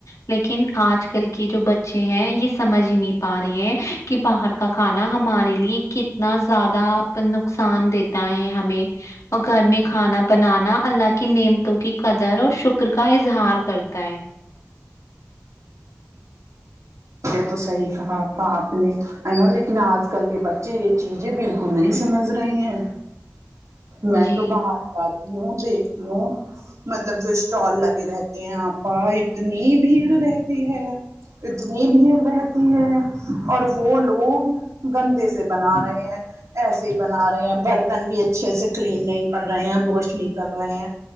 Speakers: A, on the left; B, on the right.
A: لیکن آج کل کی جو ب اچھے ہیں یہ سمجھ ہی نہیں پا رہے ہیں کہ باہر کا کھانا ہمارے لیے کتنا زیادہ نقصان دیتا ہے ہمیں اور گھر میں کھانا بنانا اللہ کی نعمتوں کی قدر اور شکر کا اظہار کرتا ہے
B: یہ تو صحیح کہا تھا آپ نے ہے نا لیکن آج کل کے بچے یہ چیزیں بالکل نہیں سمجھ رہے ہیں میں
A: جی
B: تو باہر جاتی ہوں دیکھتی ہوں مطلب جو اسٹال لگے رہتے ہیں آپا اتنی بھیڑ رہتی ہے اتنی بھیڑ رہتی ہے اور وہ لوگ گندے سے بنا رہے ہیں ایسے ہی بنا رہے ہیں برتن بھی اچ اچھے سے کلین نہیں کر رہے ہیں واش نہیں کر رہے ہیں